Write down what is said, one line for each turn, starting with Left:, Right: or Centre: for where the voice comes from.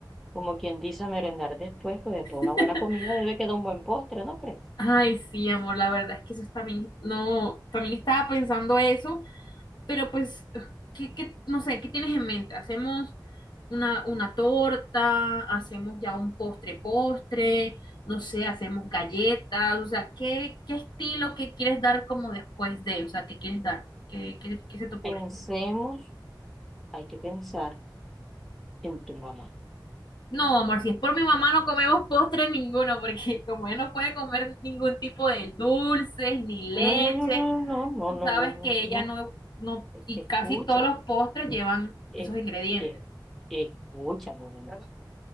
Centre: como quien dice, a merendar después, pues después
Left: <laughs>
Centre: de una buena comida debe quedar un buen postre, ¿no crees?
Left: Ay, sí, amor, la verdad es que eso también, no, también estaba pensando eso, pero pues, ¿qué, qué- no sé, ¿qué tienes en mente? ¿Hacemos una, una torta? ¿Hacemos ya un postre postre? No sé, ¿hacemos galletas? O sea, ¿qué, qué estilo que quieres dar como después de? O sea, ¿qué quieres dar? ¿Qué, qué, qué se te ocurre?
Centre: Pensemos, hay que pensar en tu mamá.
Left: No, amor, si es por mi mamá no comemos postre ninguno, porque <laughs> como ella no puede comer ningún tipo de dulces ni leche,
Centre: No, no, no, no, no, no,
Left: tú
Centre: no,
Left: sabes
Centre: no, no, no,
Left: que ella
Centre: no. no.
Left: no, no, y
Centre: Escucha.
Left: casi todos los postres llevan
Centre: Eh,
Left: esos ingredientes.
Centre: eh, escúchame, Brenda,